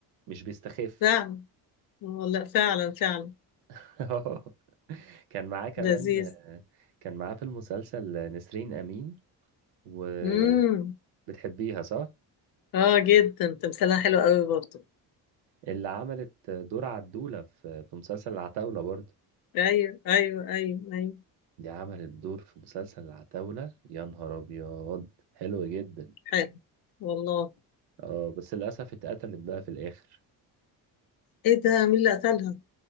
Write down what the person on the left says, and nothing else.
فعلا اه لا فعلا فعلا
لذيذ
امم
اه جدا تمثيلها حلو قوي برضه
ايوه ايوه ايوه ايوه
حلو والله
ايه ده مين اللي قتلها